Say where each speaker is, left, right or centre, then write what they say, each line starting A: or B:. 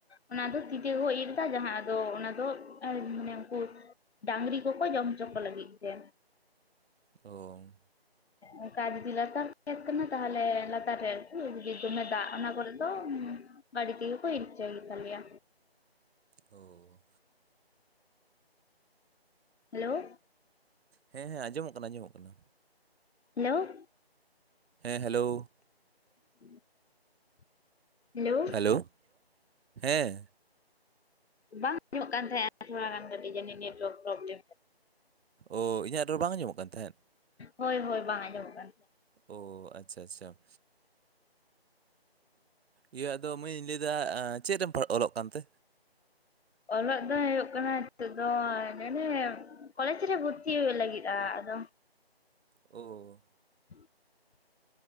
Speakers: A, on the left; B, on the right.
A: ᱚᱱᱟ ᱫᱚ ᱛᱤ ᱛᱮ ᱜᱮ ᱠᱚ ᱤᱨ ᱮᱫᱟ ᱡᱟᱦᱟᱸ ᱟᱫᱚ ᱚᱱᱟ ᱫᱚ ᱢᱟᱱᱮ ᱩᱱᱠᱩ ᱰᱟᱹᱝᱨᱤ ᱠᱚᱠᱚ ᱡᱚᱢ ᱦᱚᱪᱚ ᱠᱚ ᱞᱟᱹᱜᱤᱫ ᱛᱮ
B: ᱚ
A: ᱚᱱᱠᱟ ᱡᱩᱫᱤ ᱞᱟᱛᱟᱨ ᱠᱷᱮᱛ ᱠᱟᱱᱟ ᱛᱟᱦᱞᱮ ᱞᱟᱛᱟᱨ ᱨᱮ ᱟᱨᱠᱤ ᱡᱮ ᱫᱚᱢᱮ ᱫᱟᱜ ᱚᱱᱟ ᱠᱚᱨᱮ ᱫᱚ ᱟᱹᱰᱤ ᱛᱮᱜᱮ ᱠᱚ ᱤᱨᱪᱷᱟᱹ ᱜᱮᱛᱟᱞᱮᱭᱟ
B: ᱳᱻ
A: ᱦᱮᱞᱳᱣ᱾
B: ᱦᱮᱸ ᱦᱮᱸ ᱟᱸᱡᱚᱢᱚᱜ ᱠᱟᱱᱟ ᱟᱸᱡᱚᱢᱚᱜ ᱠᱟᱱᱟ᱾
A: ᱦᱮᱞᱳᱣ᱾
B: ᱦᱮᱸ ᱦᱮᱞᱳᱣ᱾
A: <inaudible> ᱦᱮᱞᱳᱣ᱾
B: ᱦᱮᱞᱳᱣ ᱦᱮᱸ᱾
A: ᱵᱟᱝ ᱟᱡᱚᱢᱚᱜ ᱠᱟᱱ ᱛᱟᱦᱮᱸᱼᱟ ᱛᱷᱚᱲᱟ ᱜᱟᱱ ᱠᱟᱹᱴᱤᱡ ᱡᱟᱱᱤᱡ ᱱᱮᱴᱣᱟᱨᱠ ᱯᱨᱵᱮᱞᱮᱢᱼᱼ
B: ᱚᱸ ᱤᱧᱟᱹᱜ ᱨᱚᱲ ᱵᱟᱝ ᱟᱡᱚᱢᱚᱜ ᱠᱟᱱ ᱛᱟᱦᱮᱸᱫ?
A: ᱦᱳᱭ ᱦᱳᱭ ᱵᱟᱝ ᱟᱸᱡᱚᱢᱚᱜ ᱠᱟᱱ ᱛᱟᱷᱮᱱᱼᱼ
B: ᱳ ᱟᱪᱷᱟ ᱟᱪᱷᱟ᱾ ᱤᱭᱟᱹ ᱟᱫᱚ ᱢᱟᱹᱭ ᱞᱟᱹᱭ ᱫᱟ ᱪᱮᱫ ᱨᱮᱢ ᱚᱞᱚᱜ ᱠᱟᱱᱛᱮ?
A: ᱚᱞᱚᱜ ᱫᱚ ᱦᱩᱭᱩᱜ ᱠᱟᱱᱟ ᱱᱤᱛᱚᱜ ᱫᱚ ᱱᱚᱱᱰᱮᱼᱼ ᱠᱚᱞᱮᱡ ᱨᱮ ᱵᱷᱩᱨᱛᱤ ᱦᱩᱭᱩᱜ ᱞᱟᱹᱜᱤᱫ ᱟᱸ ᱟᱫᱚᱼᱼ
B: ᱚᱸ᱾
A: <inaudible>